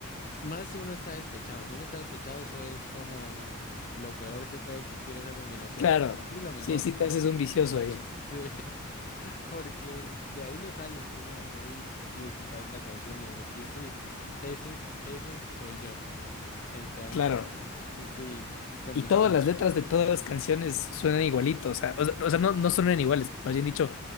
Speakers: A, on the left; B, on the left.
A: Más si uno está despechado. Si uno está despechado, eso es como lo peor que puede existir esa combinación.
B: claro,
A: Y lo mejor,
B: sí, sí te haces un vicioso ahí,
A: sí. <laughs> Porque de ahí no sales, o sea, de ahí y escuchar la canción y de sentir, sí, ese, ese soy yo. Entonces,
B: claro.
A: sí, es complicado.
B: Y todas las letras de todas las canciones suenan igualito, o sea, o sea, o sea, no, no suenan iguales, más bien dicho,